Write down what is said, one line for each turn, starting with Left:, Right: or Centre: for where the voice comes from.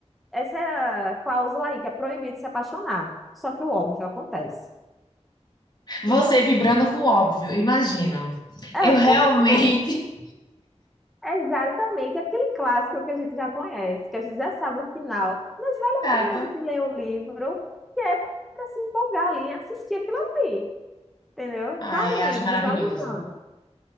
Centre: essa cláusula aí, que é proibido se apaixonar. Só que o óbvio acontece.
Left: Você
Centre: Hum.
Left: vibrando com o óbvio, imagina.
Centre: É,
Left: Eu realmente.
Centre: porque é exatamente aquele clássico que a gente já conhece, que a gente já sabe o final. Mas
Left: <laughs>
Centre: vale
Left: Exato.
Centre: a pena a gente ler o livro, que é para se empolgar ali e assistir aquilo ali, entendeu?
Left: Ai,
Centre: E tá
Left: acho
Centre: lendo,
Left: maravilhoso.
Centre: visualizando.